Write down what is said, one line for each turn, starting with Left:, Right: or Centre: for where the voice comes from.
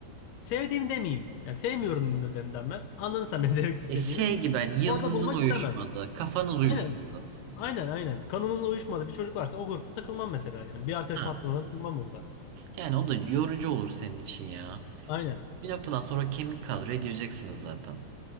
Left: sevdiğimi demeyeyim. Ya sevmiyorum da den- denmez. Anladın sen benim <laughs> demek istediğimi.
Right: E şey gibi hani yıldızın
Left: Orada bulmak
Right: uyuşmadı,
Left: istemem.
Right: kafanız uyuşmadı.
Left: Aynen. Aynen aynen. Kanımızın uyuşmadığı bir çocuk varsa o grupta takılmam mesela yani. Bir arkadaşım
Right: Ha.
Left: hattında durmam burada.
Right: Yani o da yorucu olur senin için ya.
Left: Aynen.
Right: Bir noktadan sonra kemik kadroya gireceksiniz zaten.